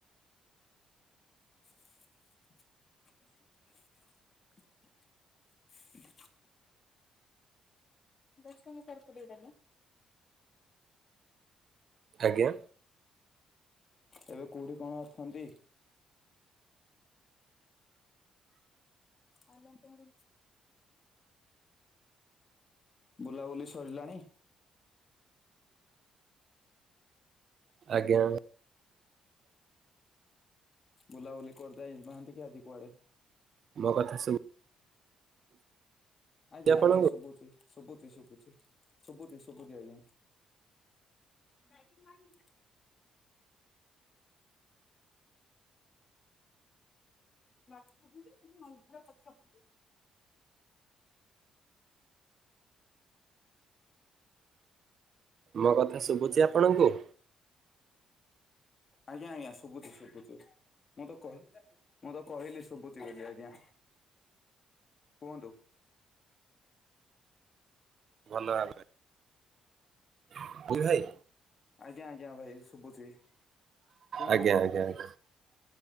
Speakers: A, on the left; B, on the right.
A: <inaudible> <inaudible> ଦଶ ଟଙ୍କା <inaudible> ଟିକେ ଦେଲ।
B: ଆଜ୍ଞା।
A: ଏବେ କୋଉଠି କଣ ଅଛନ୍ତି? ଆ ତୋର ବୁଲାବୁଲି ସଇଲାଣି?
B: ଆଜ୍ଞା।
A: ବୁଲାବୁଲି କରିଯାଇ ନାହାନ୍ତି କି ଆଜି କୁଆଡେ?
B: ମୋ କଥା ଶୁଭ୍
A: ଆଜ୍ଞା-ଆଜ୍ଞା
B: ଆପଣଙ୍କୁ
A: ଶୁଭୁଛି, ଶୁଭୁଛି ଶୁଭୁଛି, ଶୁଭୁଛି ଶୁଭୁଛି ଆଜ୍ଞା। ାଇ ମାି ମୁଁ ମର ରଖି ହୁଁ।
B: ମୋ କଥା ଶୁଭୁଛି ଆପଣଙ୍କୁ?
A: ଆଜ୍ଞା-ଆଜ୍ଞା, ଶୁଭୁଛି ଶୁଭୁଛି। ମୁଁ ତ କହି, ମୁଁ ତ କହିଲି ଶୁଭୁଛି ବୋଲି ଆଜ୍ଞା। କୁହନ୍ତୁ।
B: ଭଲ ଭାବେ। <inaudible> ଭାଇ।
A: ଆଜ୍ଞା-ଆଜ୍ଞା ଭାଇ ଶୁଭୁଛି, କୁହନ୍ତୁ।
B: ଆଜ୍ଞା ଆଜ୍ଞା ଆଜ୍ଞା